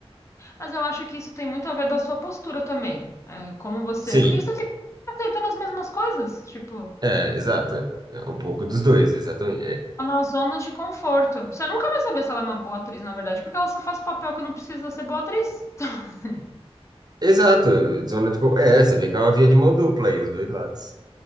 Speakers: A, on the left; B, on the right.
A: Mas eu acho que isso tem muito a ver da sua postura também. É, como você.
B: Sim.
A: Porque você fica aceitando as mesmas coisas, tipo.
B: É, exato. É um pouco dos dois, exatamente. É,
A: Tá na zona de conforto. Você nunca vai saber se ela é uma boa atriz, na verdade, porque ela só faz papel que não precisa ser boa atriz. <laughs> Então, assim,
B: exato. Zona de... con- É, você vê que é uma via de mão dupla aí, os dois lados.